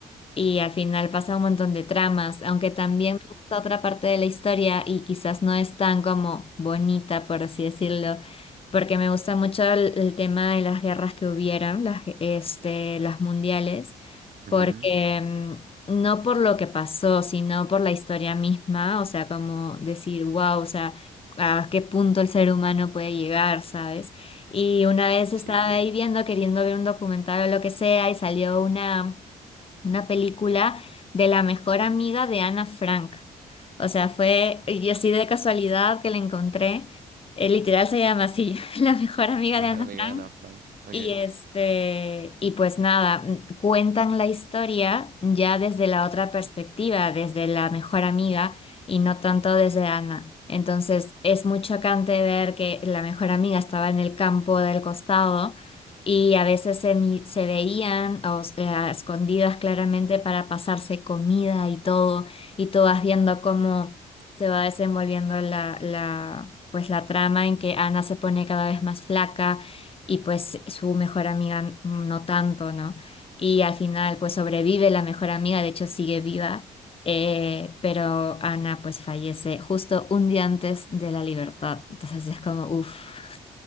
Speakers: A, on the left (about 35°); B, on the right (about 65°).
A: Y al final pasa un montón de tramas, aunque también me gusta otra parte de la historia y quizás no es tan como bonita, por así decirlo, porque me gusta mucho el, el tema de las guerras que hubieron, las, este, las mundiales,
B: ujú.
A: porque mm, no por lo que pasó, sino por la historia misma, o sea, como decir, wow, o sea, a qué punto el ser humano puede llegar, ¿sabes? Y una vez
B: sí.
A: estaba ahí
B: <laughs>
A: viendo, queriendo ver un documental o lo que sea, y salió una una película de la mejor amiga de Ana Frank. O sea, fue, y así de casualidad que la encontré, eh, literal se llama así, <laughs> la mejor amiga
B: Mejor
A: de Ana
B: amiga
A: Frank.
B: de Ana Frank. Ok.
A: Y este, y pues nada, m- cuentan la historia ya desde la otra perspectiva, desde la mejor amiga y no tanto desde Ana. Entonces es muy chocante ver que la mejor amiga estaba en el campo del costado y a veces se, mi- se veían o sea, escondidas claramente para pasarse comida y todo, y tú vas viendo cómo se va desenvolviendo la, la, pues la trama en que Ana se pone cada vez más flaca y pues su mejor amiga no tanto, ¿no? Y al final pues sobrevive la mejor amiga, de hecho sigue viva, eh, pero Ana pues fallece justo un día antes de la libertad, entonces es como, uff.